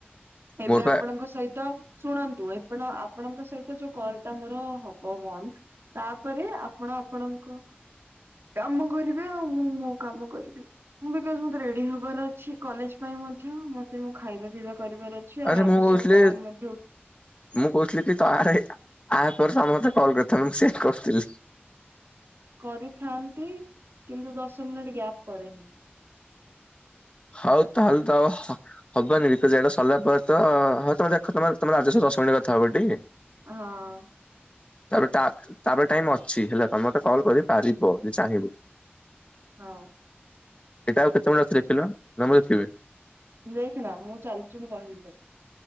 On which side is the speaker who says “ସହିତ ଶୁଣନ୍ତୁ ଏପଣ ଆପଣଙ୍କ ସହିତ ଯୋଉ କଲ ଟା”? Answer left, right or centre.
Right